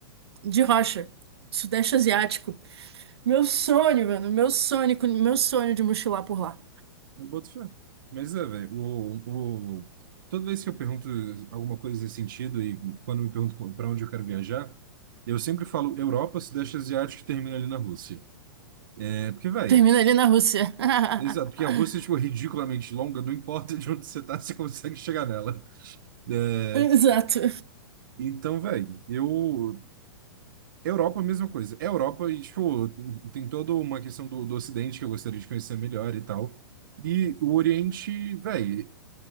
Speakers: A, on the right; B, on the right.
A: de rocha. Sudeste Asiático. Meu sonho, mano, meu sonho, meu sonho de mochilar por lá.
B: eu boto fé. Mas é, velho, o, o... toda vez que eu pergunto alguma coisa nesse sentido, e quando me pergunto para onde eu quero viajar, eu sempre falo Europa, Sudeste Asiático e termina ali na Rússia. É porque, velho.
A: Termina ali na Rússia.
B: Exato,
A: <laughs>
B: porque a Rússia é, tipo, ridiculamente longa, não importa de onde você tá, <laughs> você consegue chegar nela. É,
A: Exato.
B: então, velho, eu. Europa, a mesma coisa. É Europa e, tipo, tem toda uma questão do, do Ocidente que eu gostaria de conhecer melhor e tal. E o Oriente, velho,